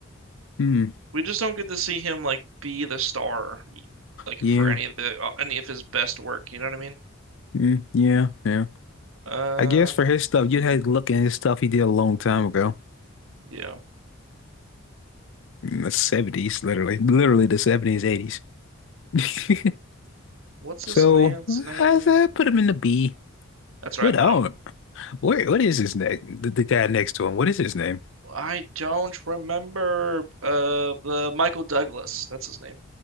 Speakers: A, on the left; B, on the right.
A: hmm,
B: we just don't get to see him like be the star like
A: yeah.
B: for any of the uh, any of his best work, you know what I mean?
A: Mm, yeah, yeah.
B: Uh
A: I guess for his stuff, you'd have to look at his stuff he did a long time ago.
B: yeah.
A: In the 70s, literally. Literally the 70s, 80s. <laughs>
B: What's
A: So
B: this man's name?
A: I said put him in the B.
B: That's where
A: What
B: I put
A: oh
B: him.
A: where what is his name? The, the guy next to him. What is his name?
B: I don't remember uh the Michael Douglas. That's his name.